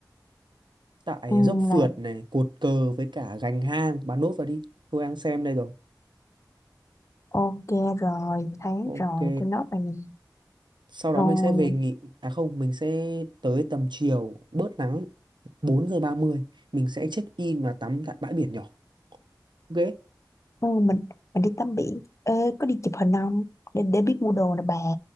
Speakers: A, on the right; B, on the left.
A: tại
B: ừ,
A: dốc phượt
B: là
A: này, cột cờ với cả gành hang. Bạn nốt vào đi. Tôi đang xem đây rồi.
B: ok rồi, thấy
A: Ok.
B: rồi, tôi nói bà nè.
A: Sau đó
B: Rồi,
A: mình sẽ về nghỉ. À không, mình sẽ tới tầm chiều bớt nắng 4 giờ 30 Mình sẽ check in và tắm tại bãi biển nhỏ. Ok.
B: ừ, mình mình đi tắm biển, Ê, có đi chụp hình không? Để để biết mua đồ nè bà.